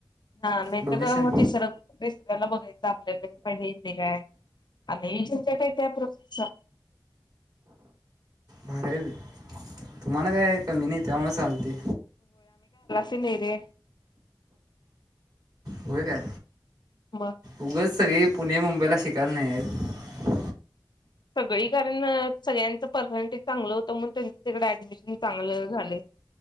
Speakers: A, on the left; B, on the right.
A: हा नाही
B: डोनेशन
A: तर तिसरं <unintelligible> बघायचं आपल्या पाहिजे पाहिजे इथे काय. आणि <unintelligible> आहे त्या प्रोसेस चा
B: भारी आहे बे. तुम्हाला काय कमी नाही त्यामुळे चालतंय.
A: ते नाही रे.
B: व्हय काय?
A: मग.
B: उगच सगळी पुणे मुंबईला शिक कायला नाहीत.
A: सगळी कारण अ सगळ्यांचं परसेंटेज चांगलं होतं म्हणून त्यांचं तिकडं ऍडमिशन चांगलं झालंय.